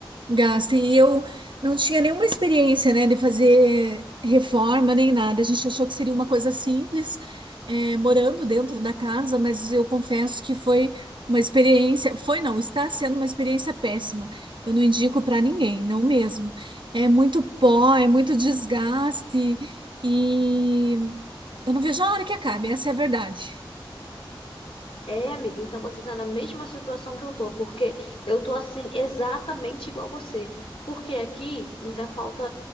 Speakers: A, on the right; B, on the left.
A: Gasta. E eu não tinha nenhuma experiência, né, de fazer reforma nem nada. A gente achou que seria uma coisa simples, eh, morando dentro da casa, mas eu confesso que foi uma experiência. Foi não, está sendo uma experiência péssima. Eu não indico para ninguém, não mesmo. É muito pó, é muito desgaste e eu não vejo a hora que acabe, essa é a verdade.
B: É, amiga, então você está na mesma situação que eu tô, porque eu tô assim exatamente igual você. Porque aqui ainda falta.